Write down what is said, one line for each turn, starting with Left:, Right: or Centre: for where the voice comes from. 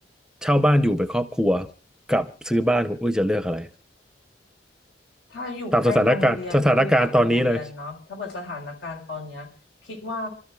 Centre: เช่าบ้านอยู่เป็นครอบครัวกับซื้อบ้านคุณอุ้ยจะเลือกอะไร
Left: ถ้าอยู่ใกล้โรงเรียนลูกกับโรงเรียนเนาะถ้าเปิดสถานการณ์ตอนเนี้ยคิดว่า
Centre: ตามสถานการณ์สถานการณ์ตอนนี้เลย